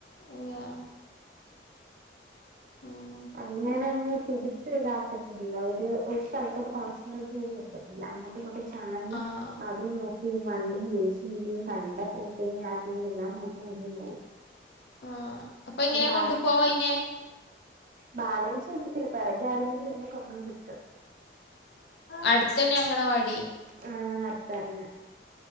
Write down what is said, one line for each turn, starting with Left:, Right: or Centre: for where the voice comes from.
Left: യ്യാ ഊം.
Right: അങ്ങനെയങ്ങ് പിടിച്ച് താക്കത്തില്ല ഒരു ഒരു സ്ഥലത്തോട്ട് <unintelligible> ല്ല. അങ്ങോട്ടും ഇങ്ങട്ടും ചാഞ്ഞ്
Left: ആഹ്
Right: അതും നോക്കി വണ്ടിയും <unintelligible> ങേ ന്നാ <unintelligible>
Left: ആഹ് അപ്പൊ എങ്ങനെയാ
Right: ബാലൻസ്
Left: കൊണ്ടു പോവാ അയിനെ?
Right: ബാലൻസ് കിട്ടത്തില്ല പിറകെ ആരെങ്കിലും <unintelligible>
Left: അടുത്തന്നെയാ അംഗണവാടി.
Right: ആഹ് അട്ത്തെന്നാ.